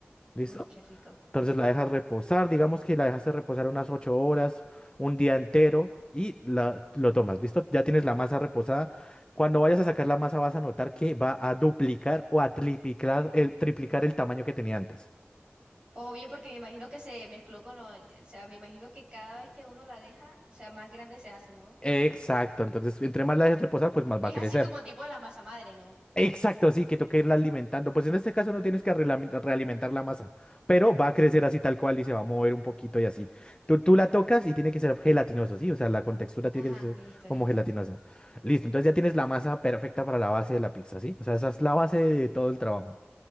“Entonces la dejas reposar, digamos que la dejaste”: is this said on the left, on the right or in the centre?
Left